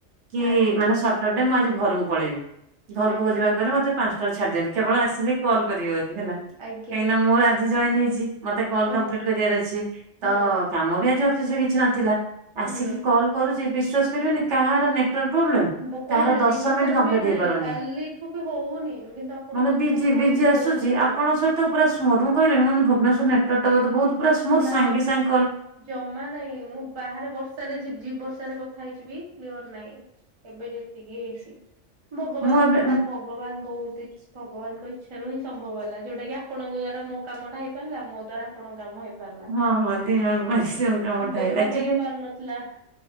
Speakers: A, on the right; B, on the right.
A: କି
B: ଆଜ୍ଞା
A: ମାନେ ସ ସଟର୍ ଡେ ମୁଁ ଆଜି ଘରୁକୁ ପଳେଇବି ଘରୁକୁ
B: ଆଜ୍ଞା
A: ଯିବାକୁ ହେଲେ ମତେ ପାନସଟା ରେ ଛାଡଦିଅନ୍ତି କେବଳ ଆସିଲି କଲ୍ କରିବେ ବୋଧେ ହେଲା
B: ଆଜ୍ଞା
A: କାହିଁକିନା ମୁଁ ଆଜି ଜଏନ ହେଇଚି। ମତେ କଲ କମ୍ପ୍ଲିଟ
B: ଓହୋ
A: କରିବାର ଅଛି
B: ହଁ
A: ତ କାମ ବି ଆଜି ଅଫିସ ରେ କିଛି ନଥିଲା ଆସିକି
B: ହୁଁ
A: କଲ କରୁଛି। ବିଶ୍ୱାସ୍ କରିବେନି କାହାର ନେ ଟୱାର୍କ ପ୍ରୋବ୍ଲେମ୍
B: ବୋ କହୁଛି
A: କାହାର ଦଶ
B: ଦିନ
A: ମିନିଟ୍
B: ସାରା
A: କମ୍ପ୍ଲିଟ୍
B: ବି ନାଇଁ
A: ହେଇ ପାରୁନି।
B: କାଲିଠୁ ବି ହଉନି କିନ୍ତୁ ଆପଣଙ୍କ
A: ମାନେ
B: ସହିତ
A: ବିଜି
B: କଥା
A: ବିଜି
B: ହଉଛି
A: ଆସୁଚି
B: ବହୁତ ଭଲ।
A: ଆପଣ ସ ତ ପୁରା ସ୍ମୁଥ ମୁଁ କହିଲିନି ମାନେ ଭୁବନେଶ୍ୱର ନେଟୱାରଟା ବୋଧେ ବହୁ ପୁରା ସ୍ମୁଥ
B: ନା
A: ସାଙ୍ଗେ ସାଙ୍ଗ୍
B: ଜମା ନାଇଁ ମୁଁ ବାହାରେ ବର୍ଷ ର୍ଷା ରେ ଝିପ୍ ଝିପ୍ ବର୍ଷାରେ କଥା ହେଇଚିବି କ୍ଲିଅର ନାଇଁ ଏବେ ଯେତିକି ହେଇଛି। ଭଗବାନଙ୍କ
A: ମୁଁ ଏବେ
B: ଏଟା ଭୋ ଭଗଵାନ ବହୁତ ଇଛ ଭଗବାନଙ୍କ ଇଚ୍ଛାରୁ ହିଁ ସମ୍ଭବ ହେଲା ଯୋଉଟା କିି ଆପଣଙ୍କ ଦ୍ଵାରା ମୋ କାମଟା ହେଇ ପାରିଲା ମୋ ଦ୍ଵାରା ଆପଣଙ୍କ କାମ ହେଇପ୍ ପାରିଲା
A: ହଁ ହଁ ଦି ଜଣଙ୍କ ପାଇଁ ଦି ଜଣ ପାଞ୍ଚ କାମଟା
B: ଯୋଉଟା
A: ହେଇଗଲା ଆକ୍ଚୁଆଲି
B: ହେଇ ପାରୁନଥିଲା